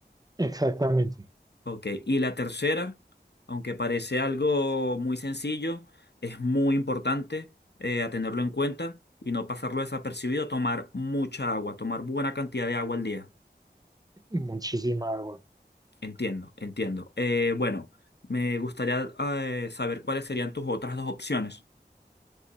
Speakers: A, on the right; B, on the left.
A: Exactamente.
B: Ok. Y la tercera, aunque parece algo muy sencillo, es muy importante eh, a tenerlo en cuenta y no pasarlo desapercibido, tomar mucha agua, tomar buena cantidad de agua al día.
A: Muchísima agua.
B: Entiendo, entiendo. Eh, bueno, me gustaría eh, saber cuáles serían tus otras dos opciones.